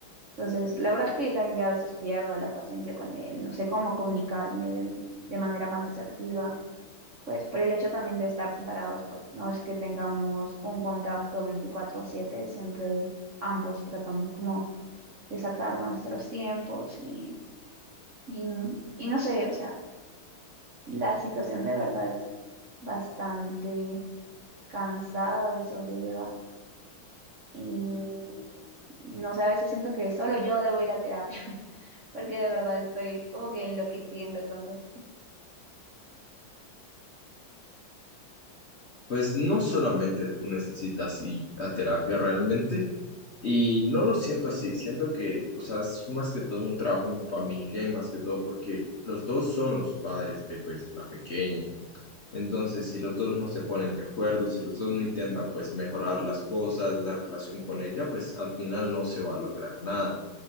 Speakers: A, on the right; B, on the left.
A: Entonces, la verdad es que yo también ya a veces pierdo la paciencia con él, no sé cómo comunicarme de, de manera más asertiva. Pues por el hecho también de estar separados, pues no es que tengamos un contacto veinticuatro siete, siempre ambos tratamos como de sacar nuestros tiempos y Y, y no sé, o sea, la situación de verdad es bastante cansada de sobrellevar. Y no sé, a veces siento que solo yo debo ir a terapia, <laughs> porque de verdad estoy como que enloqueciendo con esto.
B: Pues no solamente tú necesitas ir a terapia realmente, y no lo siento así, siento que, o sea, es más que todo un trabajo en familia y más que todo porque los dos son los padres de pues la pequeña. Entonces, si los dos no se ponen de acuerdo, si los dos no intentan pues mejorar las cosas, la relación con ella, pues al final no se va a lograr nada.